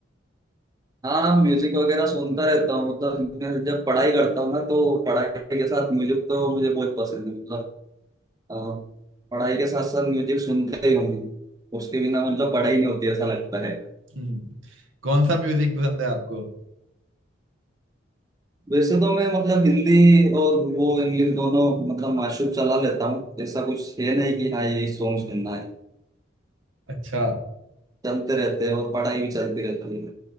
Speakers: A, on the right; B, on the right.
A: हाँ म्यूजिक वगैरह सुनता रहता हूँ मतलब मैं जब पढ़ाई करता हूँ ना तो पढ़ाई के साथ म्यूजिक तो मुझे बहुत पसंद है मतलब अ, पढ़ाई के साथ साथ म्यूजिक सुनते ही हूँ मैं। उसके बिना मतलब पढ़ाई नहीं होती ऐसा लगता है।
B: हम्म, कौन सा म्यूजिक पसंद है आपको
A: वैसे तो मैं मतलब हिंदी और वो इंग्लिश दोनों मतलब माशूब चला लेता हूँ ऐसा कुछ है नहीं कि हाँ यही सॉन्ग सुनना है
B: अच्छा
A: चलते रहते हैं और पढ़ाई भी चलती रहती है